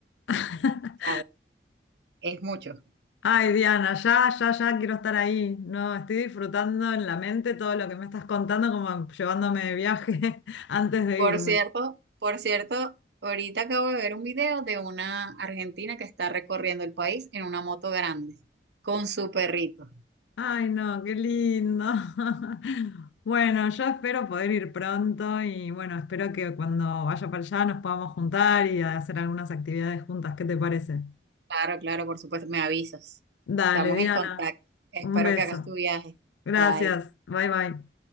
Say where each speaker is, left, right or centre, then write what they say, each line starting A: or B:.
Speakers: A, on the left (about 85°); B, on the right (about 70°).
A: <laughs>
B: sea, es mucho.
A: Ay, Diana, ya, ya, ya quiero estar ahí. No, estoy disfrutando en la mente todo lo que me estás contando, como llevándome de viaje <laughs> antes de
B: Por
A: irme.
B: cierto, por cierto, ahorita acabo de ver un video de una argentina que está recorriendo el país en una moto grande con su perrito.
A: Ay, no, qué lindo. <laughs> Bueno, yo espero poder ir pronto y bueno, espero que cuando vaya para allá nos podamos juntar y hacer algunas actividades juntas. ¿Qué te parece?
B: Claro, claro, por supuesto, me avisas.
A: Dale,
B: Estamos
A: Diana,
B: en contacto. Espero
A: un beso.
B: que hagas tu viaje.
A: Gracias.
B: Bye.
A: Bye, bye.